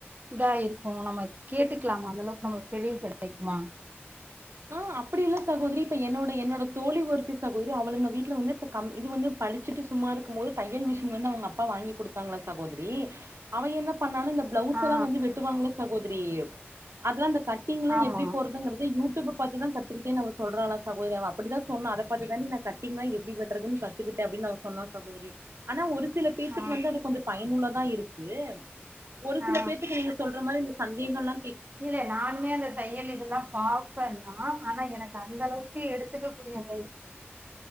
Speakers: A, on the right; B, on the right.
A: இதா இருக்கோ நம்ம கேட்டுக்கலாமா அந்த அளவுக்கு நம்மளுக்கு தெளிவு கெடைக்குமா
B: ஆ அப்டி இல்ல சகோதரி இப்ப என்னோட என்னோட தோழி ஒருத்தி சகோதரி அவளுங்க வீட்டில வந்து இத்த கம் இது வந்து படிச்சுட்டு சும்மா இருக்கும் போது தையல் மிஷின் வந்து உங்க அப்பா வாங்கி குடுத்தாங்களா சகோத்ரி அவ என்னப் பண்ணாலும் இந்த பிளவுஸல்லா
A: ஆ
B: வந்து வெட்டுவாங்கள சகோதரி அதுல்லா அந்த கட்டிங்லா
A: ஆமா
B: எப்டி போறதுங்குறத யூட் டியூப்ல பாத்து தா கத்துக்கிட்டேனு அவ சொல்றாலா சகோதரி அவ அப்டிதா சொன்னா அத பாத்து தான்டி நா கட்டிங்னா எப்டி வெட்றதுன் கத்துக்கு டே அப்டின் அவ சொன்னா சகோதரி ஆனா ஒரு ஸ் சில பேத்துக்கு
A: ஆ
B: வந்து அது கொஞ்சோ பயனுள்ளதா இருக்கு ஒரு
A: ஆ
B: சில பேத்துக்கு நீங்க சொல்ற மா இந்த ஸ் சந்தேகல்லா
A: இல்ல நானுமே அந்த தையலுக்கு தா பாப்பன் னா ஆனா எனக்கு அந்த அளவுக்கு எடுத்துக்க கூடிய அந்த <inaudible>